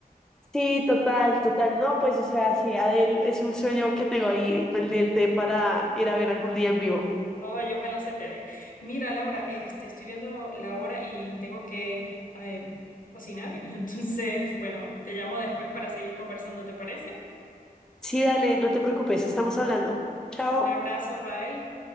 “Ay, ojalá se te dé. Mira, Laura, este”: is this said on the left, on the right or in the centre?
Left